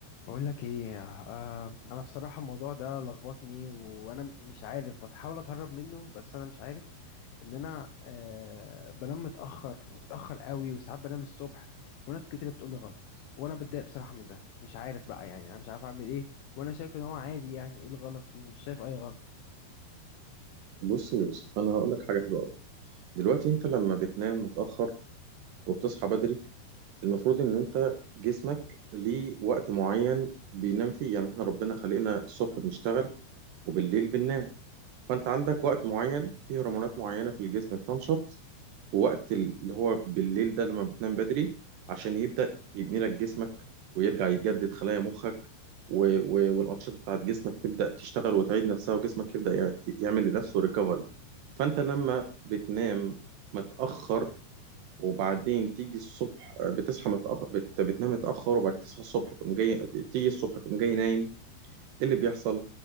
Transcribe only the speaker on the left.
بقول لك ايه آه انا بصراحه الموضوع ده لخبطني وانا مش عارف بتحاول اتهرب منه بس انا مش عارف ان انا آه بنام متاخر وبتاخر قوي وساعات بنام الصبح وناس كتير بتقول لي غلط وانا بتضايق بصراحه من ده مش عارف بقى يعني انا مش عارف اعمل ايه وانا شايف ان هو عادي يعني ايه الغلط فيه مش شايف اي غلط